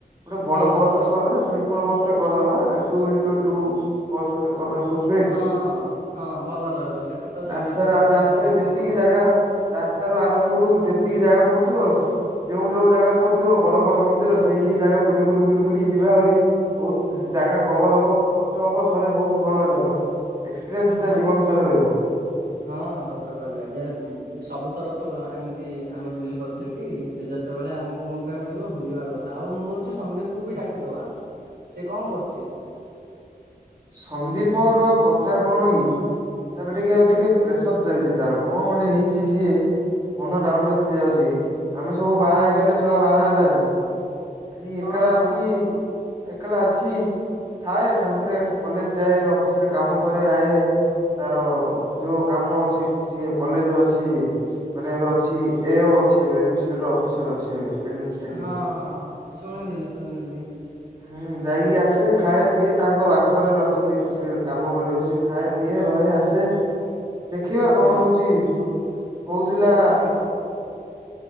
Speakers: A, on the right (about 25°); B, on the right (about 75°).
A: ଗୋଟେ ବଡ
B: ହେଇଯିବ
A: ବସ୍
B: ସ
A: ଟେ କରିଦେନେ ସ୍ଲିପ୍ ପର ବସ୍ କରିଦବା ଟୁ ଇନଟୁ ଟୁ ବସ୍ ଗୋଟେ କରିଦବା ପୁସ୍ ବେ,
B: ହଁ ହଁ ହଁ ଭଲ ରହିବ ସେଠି ତ ଚାଳିଶ
A: ରାସ୍ତାରେ
B: ରୁ ପଚାଶ
A: ଆଉ ରାସ୍ତାରେ
B: ଟା ସିଟ୍
A: ଯେତିକି
B: ଥିବ।
A: ଜାଗା ରାସ୍ତା ରୁ ଆରମ୍ଭରୁୁ ଯେତିକି ଜାଗା ପଡୁଥିବ ଯୋଉଁ ଯୋଉଁ ଜାଗା ପଡୁଥିବ ବଡ ବଡ ମନ୍ଦିର ସେଇ ସେଇ ଜାଗା ବୁଲି ବୁଲି ବୁଲି ବୁଲି ଯିବା ଆହୁରି ବହୁତ ଜ-ଜାଗା କଭର୍ ହବ ଖର୍ଚ୍ଚ ହବ ଥରେ ହଉ କଣ ହେଲା ମୋ ଏକ୍ସପିରିଏନ୍ସ
B: ହଁ
A: ଟା ଜୀବନ ସାରା ରହିବ।
B: ହଁ ହଁ ସତ କହିଲେ ଯେ ହୁଁ ସବୁଥର ଥ ଏମିତି ଆମେ ବୁଲି ପାରୁଛେ କି <unintelligible> ତେବେଳେ ଆମକୁ ମୌକା ମିଳିବ ବୁଲିବା କଥା। ଆଉ ମୁଁ କହୁଛି ସନ୍ଦୀପ୍କୁୁବି ଡାକିଦବା? ସେ କଣ କରୁଛି?
A: ସନ୍ଦୀପର କଥା କଣ କି? ତାହେଲେ ଟିକେ ଆଉ ଟିକେ ପ୍ରେସର୍ ଚାଲିଛି ତାର କଣ ଅଁଟେ ହେଇଛି ସିଏ। ମନ ଡାଉନ୍ ରେ ଥିଆ ହୋଉଛି ଆମେ ସବୁ ବାହା ହେଇଗଲେ ଶଳା ବାହା ହେଲାନି ଆଜି ଏକଲା
B: ହଁ ହଁ
A: ଅଛି ଏକଲା ଅଛି ଥାଏ ଶାନ୍ତିରେ କଲେଜ୍ ଯାଏ ଅଫିସିରେ କାମ କରେ ଆଏ। ତାର ଯୋଉ କାମ ଅଛି ସିଏ କଲେଜରେ ଅଛି। ମାନେ ଏବେ ଅଛି ଏ ଓ ଅଛି ଏବେ ଏଡ଼୍ମିଷୋର ଅଫିସର ଅଛି ଏବେ ଏମିନ୍ଷ୍ଟେକ୍
B: ହଁ ହଁ ହଁ ଶୁଣିଥିଲି ଶୁଣିଥିଲି।
A: ହୁଁ ଯାଇ ଇଏ ଆସେ ଖାଏ ପିଏ ତାର ତ ୱାର୍କର ହେଲେ ଅଛନ୍ତି ସେ କାମ କରିବାକୁ ସି ଖାଏ ପିଏ ରହେ ଆସେ
B: <inaudible>
A: ଦେଖିବା
B: ହଁ
A: କଣ ହଉଛି କହୁଥିଲା
B: କି